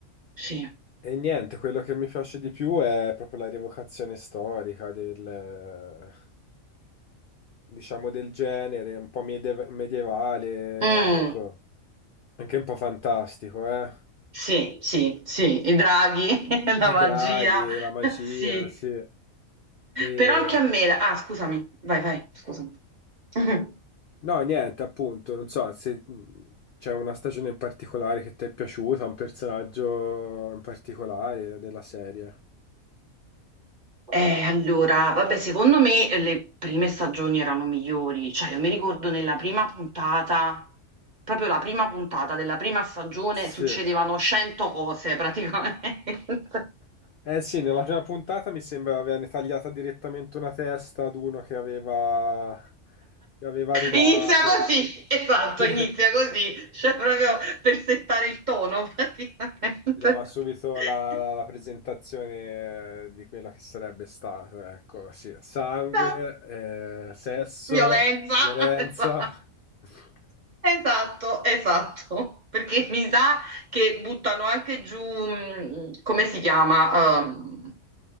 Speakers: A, on the right; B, on the left.
A: sì.
B: e niente, quello che mi piace di più è proprio la rievocazione storica del, eh, diciamo, del genere, un po' medieve- medievale,
A: Mm,
B: ecco, anche un po' fantastico, eh.
A: sì, sì, sì, i draghi, <laughs> la
B: I
A: magia,
B: draghi, la magia,
A: sì.
B: sì. E...
A: Però anche a me, la- ah, scusami, vai, vai, scusami. <laughs>
B: No, niente, appunto, non so se mh, c'è una stagione in particolare che ti è piaciuta, un personaggio in particolare della serie.
A: Eh, allora, vabbè, secondo me le prime stagioni erano migliori, cioè io mi ricordo nella prima puntata, proprio la prima puntata della prima stagione
B: Sì.
A: succedevano 100 cose praticamente. <laughs>
B: Eh sì, nella prima puntata mi sembra avevano tagliata direttamente una testa ad uno che aveva, che aveva rubato.
A: Inizia così, esatto,
B: <laughs> Sì.
A: inizia così, cioè proprio per settare il tono praticamente.
B: Ti dava subito
A: <laughs>
B: la, la la presentazione eh, di quello che sarebbe stato, ecco, sì, sangue,
A: No.
B: eh, sesso,
A: Violenza,
B: violenza,
A: <laughs> esatto,
B: <laughs>
A: esatto, esatto. perché mi sa che buttano anche giù, mh, come si chiama, ehm,